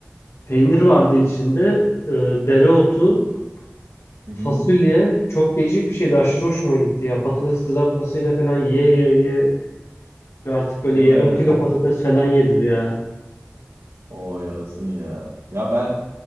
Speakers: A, on the left (about 70°); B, on the right (about 70°).
A: peynir vardı içinde. e, dereotu,
B: Hı hı.
A: fasulye çok değişik bir şeydi. Aşırı hoşuma gitti ya. Patates kızartmasıyla falan ye ye ye Artık böyle
B: Değil
A: yarım
B: mi?
A: kilo patates falan yedir ya.
B: <laughs> O yarasın ya. Ya ben